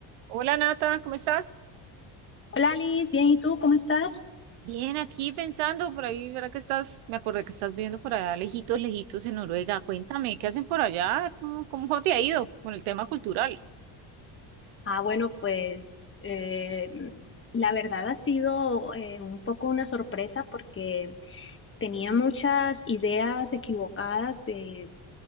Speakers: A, on the right (about 85°); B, on the left (about 25°).
A: Hola Nata, ¿cómo estás?
B: Hola Alice, bien, ¿y tú cómo estás?
A: Bien, aquí pensando por ahí, ¿verdad que estás? Me acordé que estás viviendo por allá, lejitos, lejitos en Noruega. Cuéntame, ¿qué hacen por allá? ¿Cómo, cómo te ha ido con el tema cultural?
B: Ah, bueno, pues eh, la verdad ha sido eh, un poco una sorpresa porque tenía muchas ideas equivocadas de,